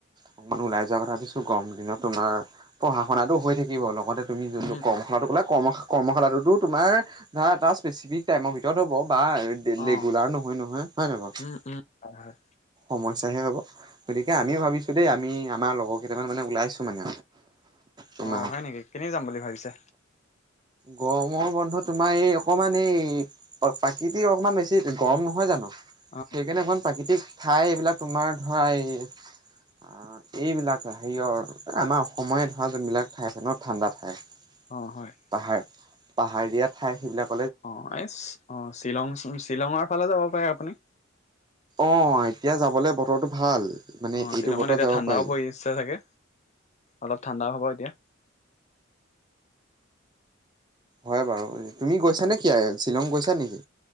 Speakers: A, on the right; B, on the left.
A: অকণমান ওলাই যোৱাৰ কথা ভাবিছো, গৰম দিনত তোমাৰ পঢ়া শুনাটো হৈ থাকিব লগতে তুমি যোনটো
B: উম
A: কৰ্মশালাটো ক'লা কৰ্ম কৰ্মশালাটোতো তোমাৰ ধৰা এটা স্পেচিফিক টাইমৰ ভিতৰত হ'ব বা ৰেগুলাৰ
B: অ
A: নহয়, নহয়, হয় নাই বাৰু
B: উম উম হয়, হয়।
A: সমস্যাহে হ'ব, গতিকে আমিও ভাবিছো দেই আমি আমাৰ লগৰ কেইটামান মানে ওলাইছো মানে তোমাৰ
B: অ হয় নেকি? কেনেকে যাম বুলি ভাবিছা?
A: গৰমৰ বন্ধ তোমাৰ এই, অকণমান এই, প্ৰাকৃতিক অকণমান বেছি গৰম নহয় জানো?
B: অ
A: সেইকাৰণে অকণমান প্ৰাকৃতিক ঠাই এইবিলাক তোমাৰ ধৰা, এই আ এইবিলাক হেৰিয়ৰ আমাৰ অসমৰে ধৰা যোনবিলাক ঠাই আছে ন ঠাণ্ডা ঠাই
B: অ হয়
A: পাহাৰ পাহাৰীয়া ঠাই সেইবিলাক
B: অ এই অ শ্বিলং শ্বিলঙৰ ফালে যাব পাৰে আপুনি
A: অ এতিয়া যাবলে বতৰটো ভাল মানে
B: অ
A: এইটো
B: শ্বিলঙত
A: বতৰত
B: এতিয়া
A: যাব
B: ঠাণ্ডাও
A: পাৰি।
B: পৰিছে চাগে অলপ ঠাণ্ডা হ'ব এতিয়া
A: হয় বাৰু তুমি গৈছা নেকি শ্বিলং গৈছা নেকি